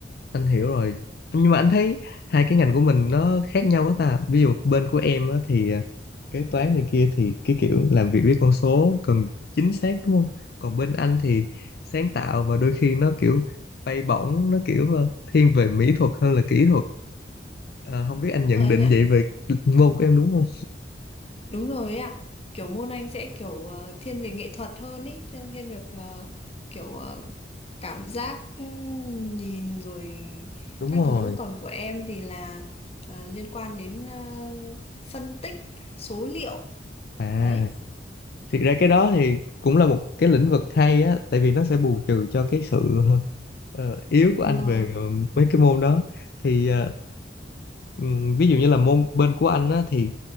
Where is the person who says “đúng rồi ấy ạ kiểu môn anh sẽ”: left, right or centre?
Left